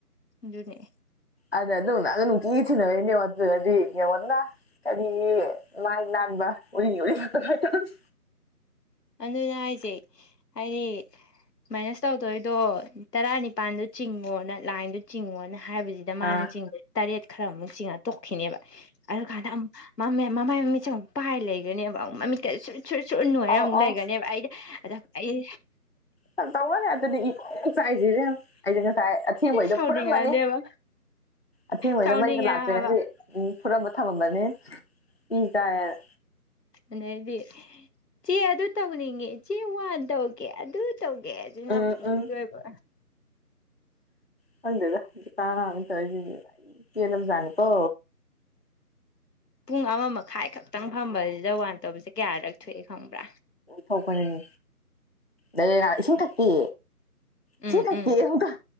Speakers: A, on the left; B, on the left.
A: ꯗꯨꯅꯦ ꯑꯩ
B: ꯑꯗ ꯑꯗꯨꯅꯗꯣ ꯅꯨꯡꯇꯤꯒꯤ ꯊꯦꯅꯩꯅꯤ ꯌꯦꯡꯉꯣ ꯑꯗꯨꯗꯨꯅꯗꯤ ꯌꯦꯉꯣꯗꯅ ꯀꯔꯤ ꯃꯥꯏ ꯅꯥꯟꯕ ꯎꯔꯤꯡꯒꯤ ꯎꯔꯤꯡ ꯉꯥꯛꯇ ꯉꯥꯏꯇꯣꯛꯑꯅꯤ
A: ꯑꯗꯨꯅ ꯍꯥꯏꯁꯦ ꯑꯩ ꯃꯥꯏꯅꯁ ꯇꯧꯗꯣꯏꯗꯣ ꯇꯔꯥꯅꯤꯄꯥꯜꯗꯣ ꯆꯤꯡꯉꯣꯅ ꯂꯥꯏꯟꯗꯣ ꯆꯤꯡꯉꯣꯅ ꯍꯥꯏꯕꯁꯤ ꯗ ꯃꯅ
B: ꯑꯥ
A: ꯆꯤꯡꯗꯣꯢꯁꯦ ꯇꯔꯦꯠ ꯈꯔꯃꯨꯛ ꯆꯤꯡꯉ ꯇꯣꯛꯈꯤꯅꯦꯕ ꯑꯗꯨ ꯀꯥꯟꯗ ꯑꯃꯨꯛ ꯃ ꯃꯦ ꯃꯃꯥꯏ ꯃꯃꯤꯠꯁꯦ ꯑꯃꯨꯛ ꯄꯥꯏꯔ ꯂꯩꯒ꯭ꯔꯅꯤꯕ ꯑꯃꯨꯛ ꯃꯃꯤꯠꯇ ꯀꯁꯦ ꯁꯨꯠ ꯁꯨꯠ ꯁꯨꯠ ꯅꯣꯏꯔ
B: ꯑꯧ
A: ꯑꯃꯨꯛ
B: ꯑꯧ
A: ꯂꯩꯒ꯭ꯔꯅꯤꯕ ꯑꯩꯗꯤ ꯑ ꯑꯩ
B: ꯍꯥꯝ ꯇꯧꯕꯅꯦ ꯑꯗꯨꯗꯤ ꯑꯤ ꯄ꯭ꯔꯣꯛ ꯄ꯭ꯔꯣꯛ ꯆꯥꯛꯏꯁꯦ ꯏꯕꯦꯝꯃ ꯑꯩꯖꯨ ꯉꯁꯥꯏ ꯑꯊꯦꯡꯕꯩꯗꯣ
A: ꯁꯥꯎꯅꯤꯡꯉꯛꯑꯅꯦꯕ
B: ꯐꯨꯔꯝꯃꯅꯤ ꯑꯊꯦꯡꯕꯩꯗꯣ
A: ꯁꯥꯎꯅꯤꯡꯉꯦ
B: ꯃꯩꯗ ꯂꯥꯛꯇ꯭ꯔꯤꯉꯁꯤ
A: ꯍꯥꯏꯕ
B: ꯎꯝ ꯐꯨꯔꯝꯕ ꯊꯝꯃꯝꯕꯅꯤ ꯏ ꯀꯥꯏꯌꯦꯅ
A: ꯑꯗꯩꯗꯤ ꯆꯦ ꯑꯗꯨ ꯇꯧꯅꯤꯡꯉꯦ ꯆꯦ ꯋꯥꯟ ꯇꯧꯒꯦ ꯑꯗꯨ ꯇꯧꯒꯦ ꯑꯗꯨ ꯅꯕꯨ
B: ꯎꯝ
A: ꯑꯝꯇꯣꯏꯕ
B: ꯎꯝ ꯈꯪꯗꯦꯗ ꯍꯧꯖꯤꯀꯥꯟ ꯑꯉꯥꯡꯅꯦꯅ ꯇꯧꯔꯤꯁꯤꯁꯦ ꯄꯦꯜꯂꯕ ꯖꯥꯠꯅꯤꯀꯣ
A: ꯄꯨꯡ ꯑꯃ ꯃꯈꯥꯏ ꯈꯛꯇꯪ ꯐꯕꯁꯤꯗ ꯋꯥꯟ ꯇꯧꯕꯁꯦ ꯀꯌꯥꯔꯛ ꯊꯣꯛꯏ ꯈꯪꯕ꯭ꯔꯥ
B: ꯊꯣꯛꯄꯅꯤꯅꯦ ꯑꯗꯩ ꯉ ꯏꯁꯤꯡ ꯊꯛꯀꯦ ꯏꯁꯤ
A: ꯎꯝ
B: ꯊꯛꯀꯦ
A: ꯎꯝ
B: ꯍꯧꯀ